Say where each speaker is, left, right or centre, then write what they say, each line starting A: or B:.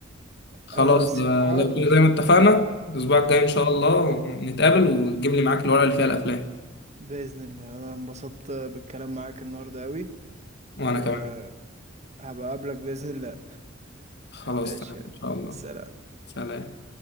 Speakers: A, on the left; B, on the right.
A: خلاص
B: انا الصراحة
A: ده- لو كده زي ما اتفقنا الأسبوع الجاي إن شاء الله نتقابل وتجيب لي معاك الورقة اللي فيها الأفلام
B: بإذن الله انا انبسطت بالكلام معاك النهاردة قوي
A: وأنا
B: وهبقى
A: كمان
B: اقابلك بإذن الله
A: خلاص
B: ماشي
A: تمام
B: يلا.
A: إن شاء الله
B: سلام
A: سلام